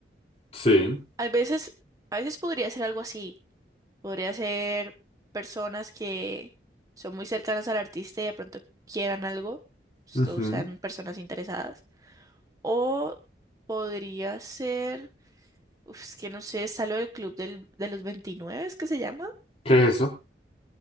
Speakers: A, on the left (about 35°); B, on the right (about 20°).
A: sí.
B: A veces, a veces podría ser algo así, podría ser personas que son muy cercanas al artista y de pronto quieran algo,
A: Ujú.
B: o sean personas interesadas, o podría ser, uf, es que no sé, está lo del club del, de los 29, es que se llama,
A: ¿Qué es eso?